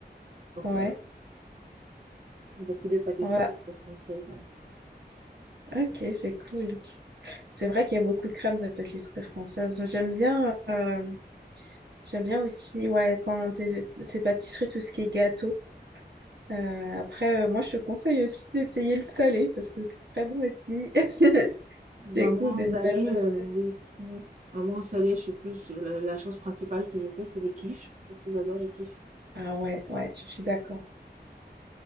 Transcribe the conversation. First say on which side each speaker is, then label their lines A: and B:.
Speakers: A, on the right; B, on the right.
A: Donc
B: Ouais.
A: voilà, beaucoup des pâtisseries
B: Ouais.
A: françaises. Voilà.
B: Ok, c'est cool. C'est vrai qu'il y a beaucoup de crèmes de pâtisserie française. J'aime bien, euh, j'aime bien aussi, ouais, quand t'es- c'est pâtisserie, tout ce qui est gâteau. Euh, après, euh, moi, je te conseille aussi d'essayer le salé parce que c'est très bon aussi. <laughs>
A: bah
B: Je découvre
A: moi en
B: des
A: salé,
B: nouvelles recettes.
A: euh, oui. Mhm. Maman en salé, je suis plus. euh, La, la chose principale que je fais, c'est les quiches. Surtout, j'adore les quiches.
B: Ah ouais, ouais, je suis d'accord.